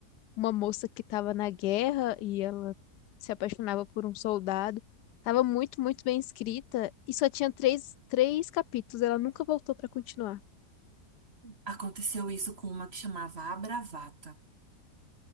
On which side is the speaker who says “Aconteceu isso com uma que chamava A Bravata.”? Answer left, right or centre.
Right